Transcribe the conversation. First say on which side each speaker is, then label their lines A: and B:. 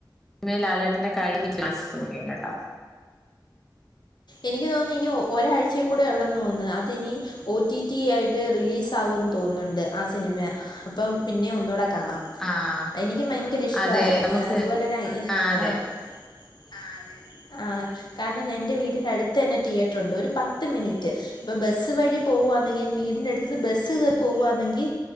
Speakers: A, in the centre; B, on the left.
A: മേ ലാലേട്ടന്റെ കഴിവ് <unintelligible> കേട്ടോ
B: എനിക്ക് തോന്നുന്നു ഇനി ഒരാഴ്ചയും കൂടെ ഉള്ളെന്ന് തോന്നുന്നു അതിനി ഒ ടി ടി ആയിട്ട് റിലീസ് ആവുംന്ന് തോന്നുന്നുണ്ട് ആ സിനിമ അപ്പം പിന്നെ ഒന്നുടെ കാണാം
A: ആഹ്
B: എനിക്കും ഭയങ്കര ഇഷ്ടായി
A: അതെ നമുക്ക്
B: അതുപോലെ തന്നെ
A: ആ അതെ
B: ആഹ് ആഹ് അതെ ആഹ് കാരണം എന്റെ വീ വീടിന്റെ അടുത്ത് തന്നെ തിയേറ്ററൊണ്ട് ഒരു പത്ത് മിനിറ്റ് ഇപ്പൊ ബസ്സ് വഴി പോവാന്നെങ്കി വീടിന്റെ അടു ത്ത്ന്ന് ബസ്സ് കേറി പോവാന്നെങ്കി